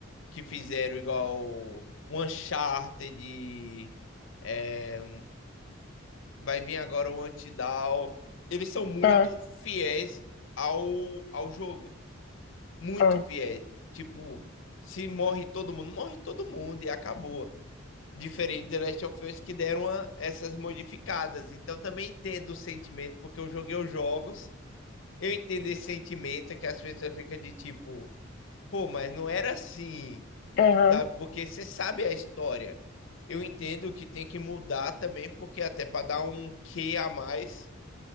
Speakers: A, on the left; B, on the left.
A: que fizeram igual o Uncharted, é, vai vir agora o Antidown. Eles são muito
B: aham,
A: fiéis ao, ao jogo. Muito
B: aham,
A: fiéis. Tipo, se morre todo mundo, morre todo mundo e acabou. Diferente do Last of Us que deram uma- essas modificadas. Então também entendo o sentimento, porque eu joguei os jogos. Eu entendo esse sentimento que as pessoas ficam de tipo, pô, mas não era assim.
B: aham.
A: sabe? Porque você sabe a história. Eu entendo que tem que mudar também, porque até para dar um quê a mais,